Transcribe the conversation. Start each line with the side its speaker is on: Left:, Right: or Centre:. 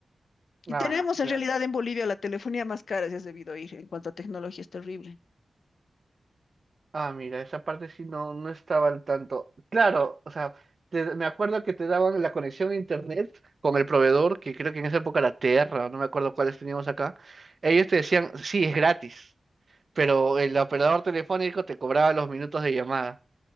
Left: Y
Right: Ah,
Left: tenemos en
Right: claro.
Left: realidad en Bolivia la telefonía más cara, si has debido ir, en cuanto a tecnología es terrible.
Right: Ah, mira, esa parte sí no, no estaba al tanto. Claro, o sea, te- me acuerdo que te daban la conexión a internet con el proveedor, que creo que en esa época era Terra, no me acuerdo cuáles teníamos acá. Ellos te decían, sí, es gratis, pero el operador telefónico te cobraba los minutos de llamada.